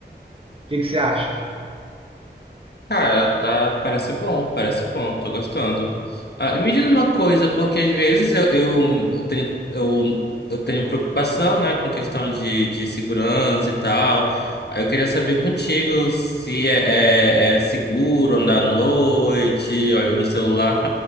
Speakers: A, on the right (about 30°); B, on the left (about 60°).
A: O que que você acha?
B: Cara, tá, parece bom, parece bom, tô gostando. Ah, e me diz uma coisa, porque às vezes eu, eu, eu tenho, eu, eu tenho preocupação, né, com questão de, de segurança e tal. Aí eu queria saber contigo se é, é, é seguro andar à noite, olhando no celular,